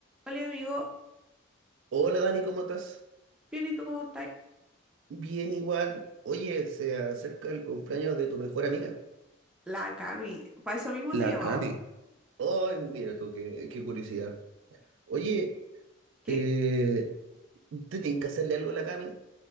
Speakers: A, in the centre; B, on the right.
A: Hola amigo,
B: Hola Dani, ¿cómo estás?
A: bien, ¿y tú cómo estás?
B: Bien igual. Oye, se acerca el cumpleaños de tu mejor amiga.
A: La Cami, para eso mismo
B: La
A: te llamaba.
B: Cami. Ay, mira tú, qué, qué curiosidad. Oye,
A: Que
B: eh, ¿te tienes que hacerle algo a la Cami?